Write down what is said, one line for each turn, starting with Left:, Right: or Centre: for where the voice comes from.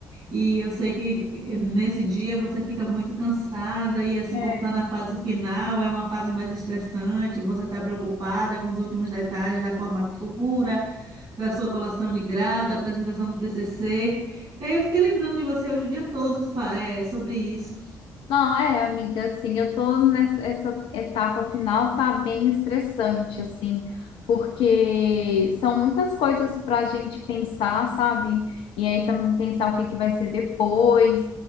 Right: E eu sei que eh, nesse dia você fica muito cansada e assim
Left: É,
Right: como tá na fase final, é uma fase mais estressante, você tá preocupada com os últimos detalhes da formatura. da sua colação de grau, da apresentação do TCC. E aí eu fiquei lembrando de você hoje o dia todo, fa- é, sobre isso.
Left: Não, é, amiga, assim, eu tô nessa essa etapa final, tá bem estressante, assim, porque são muitas coisas pra gente pensar, sabe? E aí também pensar o que que vai ser depois.